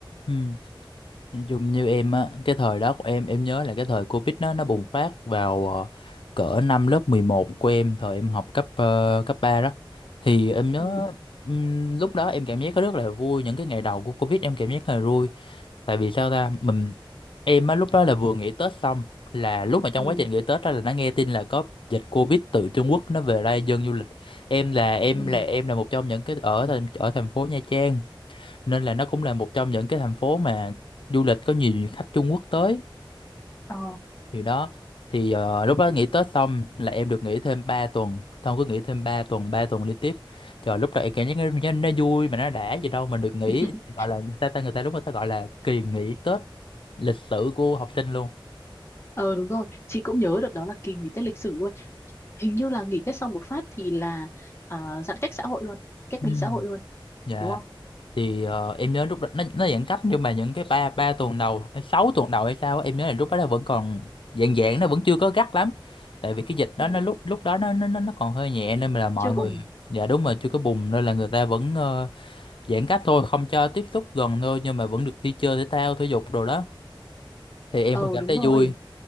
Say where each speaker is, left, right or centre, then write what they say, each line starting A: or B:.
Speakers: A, on the left; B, on the left.
A: Ừ. Nói chung như em á, cái thời đó của em em nhớ là cái thời Covid nó nó bùng phát vào ờ, cỡ năm lớp 11 của em, thời em học cấp ờ, cấp 3 đó. Thì em nhớ
B: Ừ.
A: ừm, lúc đó em cảm giác rất là vui, những cái ngày đầu của Covid em cảm giác rất là vui. tại vì sao ta mình em á lúc đó là vừa nghỉ Tết xong là lúc mà trong
B: ừ
A: quá trình nghỉ Tết đó là đã nghe tin là có dịch Covid từ Trung Quốc nó về đây dân du lịch em là em
B: ừ
A: là em là một trong những cái ở thành- ở thành phố Nha Trang nên là nó cũng là một trong những cái thành phố mà du lịch có nhiều khách Trung Quốc tới
B: ờ
A: thì đó thì ờ, lúc đó nghỉ Tết xong là em được nghỉ thêm 3 tuần Thông cứ nghỉ thêm 3 tuần 3 tuần liên tiếp trời lúc đó em cảm giác nó, nó, nó vui mà nó đã gì đâu mình được nghỉ
B: <laughs>
A: gọi là người ta, ta người ta lúc người ta gọi là kỳ nghỉ Tết lịch sử của học sinh luôn
B: Ờ đúng rồi, chị cũng nhớ được đó là kỳ nghỉ Tết lịch sử luôn. Hình như là nghỉ Tết xong một phát thì là à, giãn cách xã hội luôn, cách
A: Ừ.
B: ly xã hội luôn,
A: dạ
B: đúng không?
A: thì ờ, em nhớ lúc đó nó nó giãn cách nhưng mà những cái ba ba tuần đầu hay sáu tuần đầu hay sao á, em nhớ là lúc đó nó vẫn còn dạng dạng nó vẫn chưa có gắt lắm tại vì cái dịch đó
B: ừ.
A: nó lúc lúc đó nó nó nó nó còn hơi nhẹ nên mà là mọi
B: Chưa bùng.
A: người dạ đúng rồi chưa có bùng nên là người ta vẫn ờ, giãn cách thôi không cho tiếp xúc gần thôi nhưng mà vẫn được đi chơi thể thao thể dục đồ đó thì em
B: Ờ
A: vẫn cảm
B: đúng
A: thấy
B: rồi,
A: vui